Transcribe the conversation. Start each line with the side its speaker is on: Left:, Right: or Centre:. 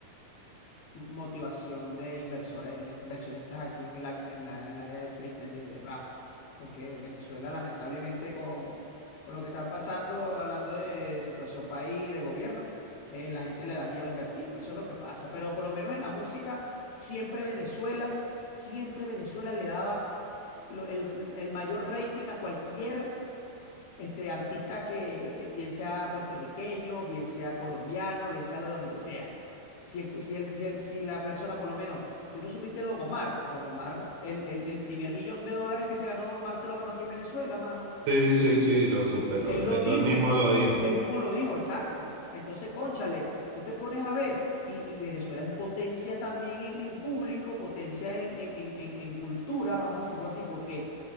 Left: motivación de inversores, inversionistas aquí en el, en la, en el área de freestyle, de, de rap. Porque Venezuela, lamentablemente, con, con lo que está pasando, hablando de situación país, de gobierno, eh, la gente le da miedo invertir. Por eso es lo que pasa. Pero por lo menos en la música, siempre Venezuela, siempre Venezuela le daba lo- el el mayor rating a cualquier este, artista que eh, bien sea puertorriqueño, bien sea colombiano, bien sea lo de donde sea. Si, el, si, el, si, el- si la persona, por lo menos, tú no supiste Don Omar, Don Omar, el, el, el primer millón de dólares que se ganó Don Omar se lo ganó aquí en Venezuela, mano.
Right: Sí, sí, sí, lo supe,
Left: Él
Right: lo,
Left: lo
Right: él
Left: dijo,
Right: lo mismo lo dijo.
Left: él mismo lo dijo, exacto. Entonces, cónchale, tú te pones a ver, y, y Venezuela es un potencia también en, en público, potencia en, en- en- en- en cultura, vamos a decirlo así, porque